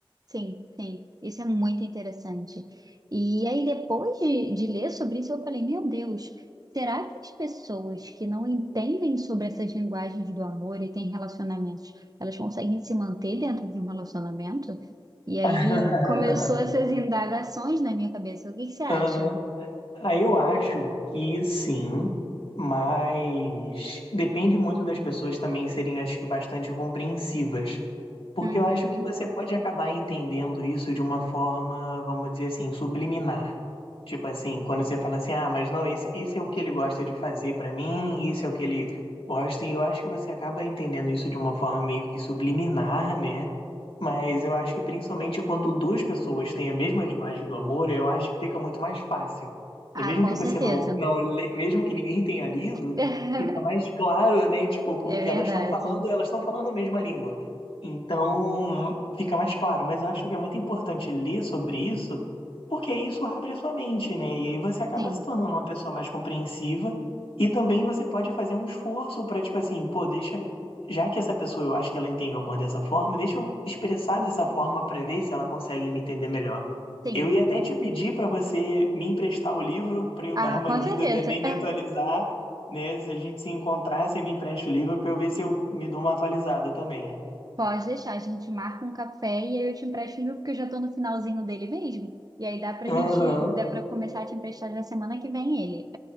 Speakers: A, on the right; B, on the left.
A: Sim, sim, isso é muito interessante. E aí, depois de, de ler sobre isso, eu falei: meu Deus, será que as pessoas que não entendem sobre essas linguagens do amor e têm relacionamentos, elas conseguem se manter dentro de um relacionamento? E aí
B: <laughs>
A: começou essas indagações na minha cabeça. O que que você acha?
B: Ah, aí eu acho que sim, mas depende muito das pessoas também serem, acho que, bastante compreensivas. Porque
A: Uhum.
B: eu acho que você pode acabar entendendo isso de uma forma, vamos dizer assim, subliminar. Tipo assim, quando você fala assim, ah, mas não, esse, isso é o que ele gosta de fazer pra mim, isso é o que ele gosta, e eu acho que você acaba entendendo isso de uma forma meio que subliminar, né? Mas eu acho que principalmente quando duas pessoas têm a mesma linguagem do amor, eu acho que fica muito mais fácil.
A: Ah,
B: Né? Mesmo
A: com
B: que você
A: certeza.
B: não, não le- mesmo que ninguém <laughs> tenha lido,
A: <laughs>
B: fica mais claro, né? Tipo, porque
A: É verdade.
B: elas estão falando, elas estão falando a mesma língua. Então, fica mais claro. Mas eu acho que é muito importante ler sobre isso, porque isso abre a sua mente, né? E aí você acaba
A: Sim,
B: se tornando uma pessoa mais compreensiva. E também você pode fazer um esforço para, tipo assim, pô, deixa já que essa pessoa eu acho que ela entende o amor dessa forma, deixa eu expressar dessa forma para ver se ela consegue me entender melhor.
A: sim.
B: Eu ia até te pedir para você me emprestar o livro para eu
A: Ah,
B: dar uma
A: com
B: lida
A: certeza.
B: também,
A: <laughs>
B: me atualizar, né? Se a gente se encontrar, você me empresta o livro para eu ver se eu me dou uma atualizada também.
A: Pode deixar, a gente marca um café e aí eu te empresto o meu, porque eu já tô no finalzinho dele mesmo. E aí dá pra
B: Aham.
A: gente, dá pra eu começar a te emprestar já semana que vem ele.